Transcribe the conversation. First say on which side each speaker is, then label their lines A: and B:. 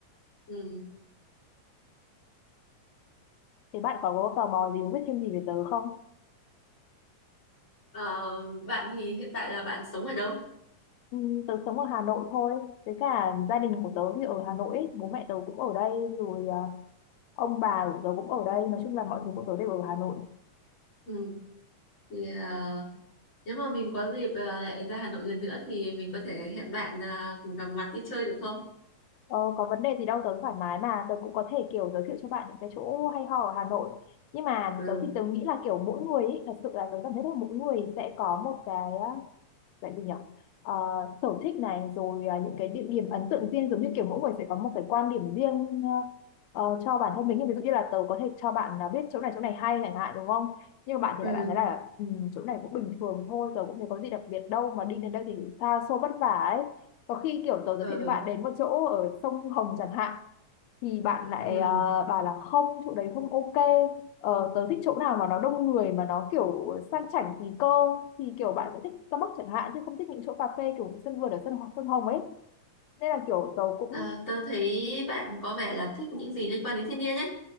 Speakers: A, on the left; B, on the left.
A: Ừ.
B: Thì bạn có, có tò mò gì muốn biết thêm gì về tớ không?
A: Ờ, bạn thì hiện tại là bạn sống ở đâu?
B: Ừ, tớ sống ở Hà Nội thôi. Với cả gia đình của tớ thì ở Hà Nội ấy. Bố mẹ tớ cũng ở đây rồi à, ông bà của tớ cũng ở đây. Nói chung là mọi thứ của tớ đều ở Hà Nội.
A: Ừ. Thì à, nếu mà mình có dịp à, lại ra Hà Nội lần nữa thì mình có thể hẹn bạn à, cùng gặp mặt đi chơi được không?
B: Ờ, có vấn đề gì đâu tớ thoải mái mà. Tớ cũng có thể kiểu giới thiệu cho bạn những cái chỗ hay ho ở Hà Nội. Nhưng mà
A: Ừ.
B: tớ thì tớ nghĩ là kiểu mỗi người ấy, thật sự là tớ cảm thấy là mỗi người sẽ có một cái à, Vậy thì nhỉ Ờ, sở thích này rồi à, những cái địa điểm ấn tượng riêng giống như kiểu mỗi người sẽ có một cái quan điểm riêng ờ, ờ, cho bản thân mình Nhưng ví dụ như là tớ có thể cho bạn là biết chỗ này chỗ này hay chẳng hạn đúng không nhưng mà bạn thì
A: Ừ.
B: lại bạn thấy là ừ, chỗ này cũng bình thường thôi tớ cũng thấy có gì đặc biệt đâu mà đi đến đây thì xa xôi vất vả ấy có khi kiểu tớ giới
A: Ừ.
B: thiệu cho bạn đến một chỗ ở sông Hồng chẳng hạn thì bạn lại
A: Ừ.
B: à, bảo là không chỗ đấy không ok ờ, tớ thích chỗ nào mà nó đông người mà nó kiểu sang chảnh tí cơ thì kiểu bạn sẽ thích Starbucks chẳng hạn chứ không thích những chỗ cà phê kiểu sân vườn ở sân sân hồng ấy nên là kiểu tớ cũng
A: À, tớ thấy bạn có vẻ là thích những gì liên quan đến thiên nhiên ấy.